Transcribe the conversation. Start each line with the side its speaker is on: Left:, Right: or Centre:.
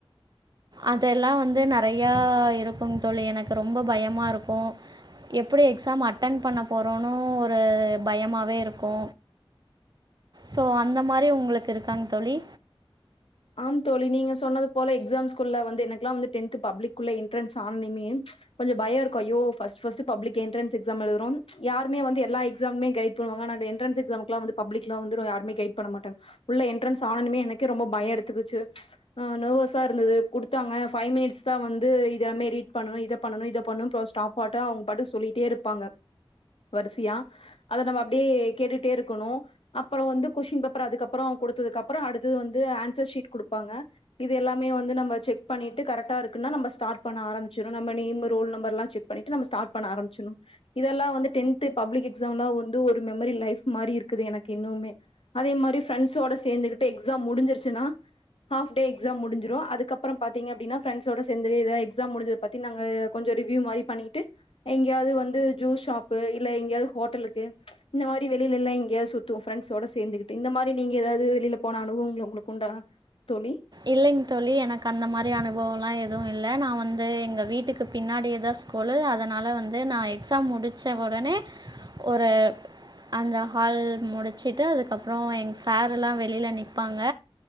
Right: அதெல்லா வந்து நறையா இருக்கும் தோழி எனக்கு ரொம்ப பயமா இருக்கு எப்படி எக்ஸாம் அட்டன் பண்ண போறோன்னு ஒரு பயமாவே இருக்கு சோ அந்த மாரி உங்களுக்கு இருக்காங் தோழி
Left: ஆம் தோழி நீங்க சொன்னது போல எக்ஸாம்ஸ் குள்ள வந்து எனக்லா வந்து டென்த் பப்ளிக்குள்ள என்ட்ரன்ஸ் ஆனனுமே கொஞ்ச பய இருக்கு ஐயோ first first public entrance exam எழுதுரோன் யாருமே வந்து எல்லா எக்ஸாமுமே கைட் ல்லுவங்க அனா இந்த என்ட்ரன்ஸ் எக்ஸாம்சுக்குலா வந்து பப்ளிக்ல வந்து யாருமே கைட் பண்ணமாட்டாங்க உள்ள என்ட்ரன்ஸ் ஆனனுமே எனக்கே ரொம்ப பயோ எடுத்துக்குச்சு அ நர்வஸா இருந்தது குடுத்தாங்க ஃபை மினிட்ஸ் தா வந்து இதெல்லாமே ரீட் பண்ணணு இத பண்ணணு இத பண்ணும் ஸ்டாப் பாட்டு அவுங்க பாட்டு சொல்லிட்டே இருப்பாங்க வரிசையா அத நம்ம அப்டியே கேட்டுட்டே இருக்கணு அப்பறோ வந்து கொஸ்டின் பேப்பர் அதுக்கப்பறோ கொடுத்ததுக்கு அப்பறோ அடுத்தது வந்து ஆன்சர் ஷீட் குடுப்பாங்க இது எல்லாமே வந்து நம்ம செக் பண்ணிட்டு கரெக்டா இருக்குன்னா நம்ம ஸ்டார்ட் பண்ண ஆரம்பச்சிரு நம்ம நேம்மு ரோல் நம்பர்லா செக் பண்ணிட்டு நம்ம ஸ்டார்ட் பன்ன ஆரம்ச்சுணு இதெல்லா வந்து டென்த் பப்ளிக் எக்ஸாம்லா வந்து ஒரு மெமரி லைஃப் மாரி இருக்குது எனக்கு இன்னுமே அதே மாரி ஃப்ரண்ஸ்ஸோட சேர்ந்துகிட்டு எக்ஸாம் முடிஞ்சிருச்சுன்னா ஹாப் டே எக்ஸாம் முடுஞ்சுடு அதுகப்றோ பாத்தீங்க அப்டினா ஃபிரண்ட்ஸோட சேந்து ஏதாது எக்ஸாம் முடிஞ்சத பத்தி நாங்க கொஞ்சோ ரிவ்யூ மாரி பண்ணிட்டு எங்கேயாவது வந்து ஜூஸ் ஷாப்பு இல்ல எங்கயாவது ஹோட்டலுக்கு இந்த மாரி வெளிலல்லா எங்கேயாவது சுத்துவோ ஃப்ரண்டஸோட சேந்துகிட்டு இந்த மாரி நீங்க ஏதாவது வெளில போன அனுபவங்கள் ஒங்களுக்கு உண்டா தோழி
Right: இல்லைங்க தோழி எனக்கு அந்த மாரி அனுபவோலா எதுவு இல்ல நா வந்து எங்க வீட்டுக்கு பின்னாடியேதா சு கொழு அதனால வந்து நா எக்ஸாம் முடிச்ச ஒடனே ஒரு அந்த ஹால் முடிச்சிட்டு அதுக்கப்பறோ எங்க சாரெல்லா வெளில நிப்பாங்க